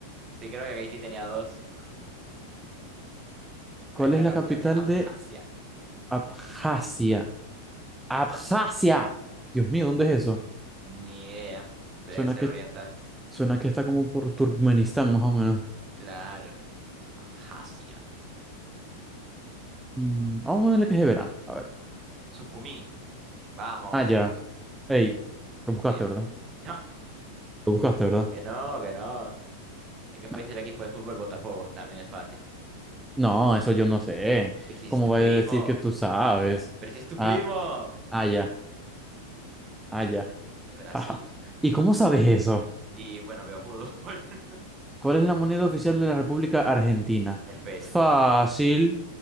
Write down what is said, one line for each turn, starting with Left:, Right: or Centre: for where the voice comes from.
Right: Sí, creo que Haití tenía dos. ¿Cuál
Centre: ¿Cuál
Right: es la
Centre: es la
Right: capital
Centre: capital
Right: de Abjasia?
Centre: de Abjasia? ¡Abjasia! Dios mío, ¿dónde es eso?
Right: Ni idea. Debe
Centre: Suena
Right: ser
Centre: que,
Right: oriental.
Centre: suena que está como por Turkmenistán, más o menos.
Right: Claro. Abjasia.
Centre: Mm, vamos a ver que es de verano. A ver.
Right: Sujumí. Vamos.
Centre: Ah, ya. Ey, lo buscaste,
Right: Dime.
Centre: ¿verdad?
Right: <laughs> No,
Centre: Lo buscaste, ¿verdad?
Right: que no, que no. ¿De qué país
Centre: Nah.
Right: es el equipo de fútbol Botafogo? También es fácil.
Centre: No, eso yo no sé.
Right: ¿Y si
Centre: ¿Cómo
Right: es tu
Centre: vaya
Right: primo?
Centre: a decir que tú sabes?
Right: ¿Pero si es tu
Centre: Ah,
Right: primo? <laughs>
Centre: ah, ya. Ah, ya.
Right: De Brasil.
Centre: <laughs> Jaja. ¿Y cómo sabes eso?
Right: Y bueno, veo fútbol. <laughs>
Centre: ¿Cuál es la moneda oficial de la República Argentina?
Right: El peso.
Centre: Fácil,